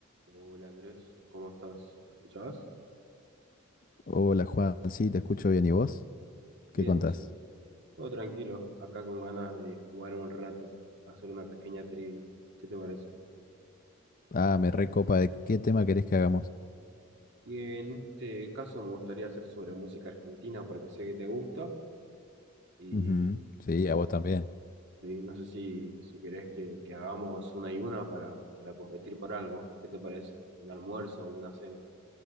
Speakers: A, on the right; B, on the left.
A: Hola Andrés, ¿cómo estás? ¿Me escuchabas?
B: Hola Juan, sí, te escucho bien. ¿Y vos?
A: Bien,
B: ¿Qué contás?
A: che. Todo tranquilo, acá con ganas de jugar un rato, hacer una pequeña trivia. ¿Qué te parece?
B: Ah, me recopa. ¿De qué tema querés que hagamos?
A: Y en este caso me gustaría hacer sobre música argentina porque sé que te gusta y
B: Ujú, Sí, a vos también.
A: sí, no sé si, si querés que, que hagamos una y una para, para competir por algo. ¿Qué te parece? ¿Un almuerzo o una cena?